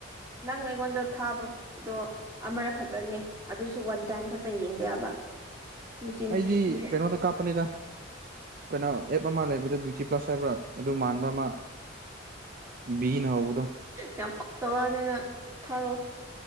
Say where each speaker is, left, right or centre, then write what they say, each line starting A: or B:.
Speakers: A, on the right (about 15°); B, on the right (about 45°).
A: ꯅꯪ ꯑꯩꯉꯣꯟꯗ ꯊꯥꯕꯗꯣ ꯑꯃꯔꯛ ꯈꯛꯇꯅꯦ ꯑꯗꯨꯁꯨ ꯋꯥꯟ ꯇꯥꯏꯝ ꯈꯛꯇꯪ ꯌꯦꯡꯕ ꯌꯥꯕ ꯃꯆꯤꯟ
B: ꯑꯩꯗꯤ
A: ꯊꯤꯕ
B: ꯀꯩꯅꯣꯗ ꯀꯥꯞꯄꯅꯤꯗ ꯀꯩꯅꯣ ꯑꯦꯞ ꯑꯃ ꯂꯩꯕꯗ ꯕ꯭ꯌꯨꯇꯤ ꯄ꯭ꯂꯁ ꯍꯥꯏꯕ꯭ꯔꯥ ꯑꯗꯨ ꯃꯥꯟꯕ ꯑꯃ ꯕꯤꯅ ꯍꯧꯕꯗꯣ
A: ꯌꯥꯝ ꯉꯛꯇ ꯋꯥꯅꯤꯅ ꯊꯥꯔꯛꯑꯣ